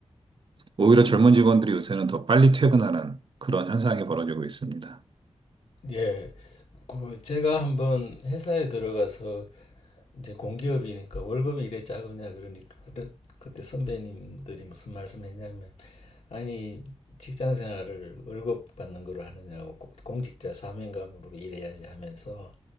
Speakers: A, on the right (about 50°); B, on the left (about 70°).
A: 오히려 젊은 직원들이 요새는 더 빨리 퇴근하는 그런 현상이 벌어지고 있습니다.
B: 예, 그 제가 한번 회사에 들어가서 이제 공기업이니까 월급이 이래 작으냐 그러니까 그래- 그때 선배님들이 무슨 말씀했냐면 아니 직장 생활을 월급 받는 걸로 하느냐고 고- 공직자 사명감으로 일해야지 하면서